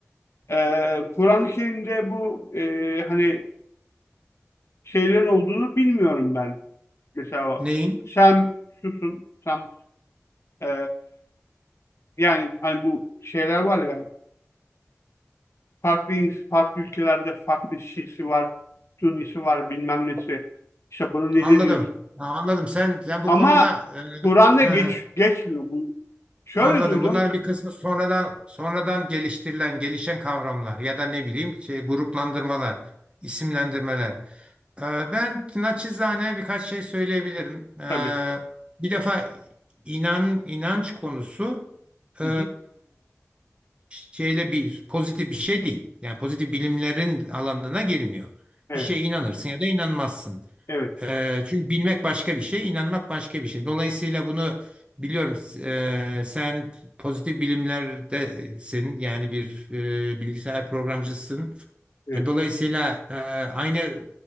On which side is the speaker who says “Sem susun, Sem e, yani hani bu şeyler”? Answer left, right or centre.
Left